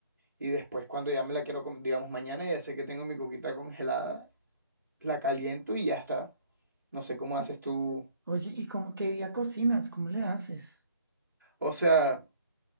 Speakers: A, on the right; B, on the right.
A: Y después, cuando ya me la quiero, com- digamos mañana, ya sé que tengo mi coquita congelada, la caliento y ya está. No sé cómo
B: y-
A: haces tú.
B: oye, ¿y cómo qué día cocinas? ¿Cómo le haces?
A: O sea,